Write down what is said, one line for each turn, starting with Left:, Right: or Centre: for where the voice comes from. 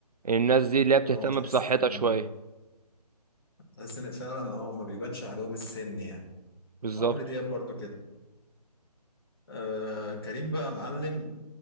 Right: الناس دي اللي هي بتهتم
Left: اه تحس
Right: بصحتها
Left: ان
Right: شوية
Left: تحس ان فعلا اه ما بيبانش عليهم السن يعني
Right: بالظبط
Left: وعمرو دياب برضه كده آه كريم بقى معلم